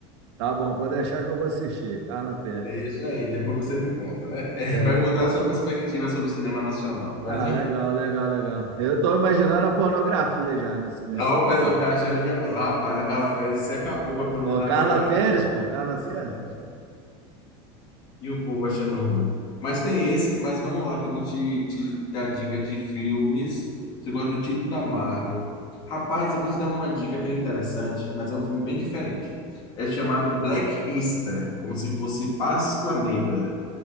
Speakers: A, on the right; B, on the left.
A: Tá bom, pode deixar que eu vou assistir. Carla Pérez.
B: Deixa aí, depois você me conta, né? <laughs>
A: Bele-
B: vai mudar a sua perspectiva sobre o cinema nacional. Mas
A: Ah, legal, legal, legal. Eu tô imaginando a pornografia já nesse, nesse
B: <laughs> ó, o pessoal
A: filme.
B: achando que é. Rapaz, a Carla Perez se acabou
A: Pô,
B: para poder
A: pô,
B: dar
A: Carla
B: a melhor
A: Pérez, pô,
B: apresentação
A: Carla Pérez.
B: dela. E o povo achando ruim. Mas tem esse, mas vamos lá, que eu vou te, te dar dica de filmes. Você gosta do tipo da Marvel. Rapaz, eu vou te dar uma dica que é interessante, mas é um filme bem diferente. É chamado Black Easter, como se fosse Páscoa Negra.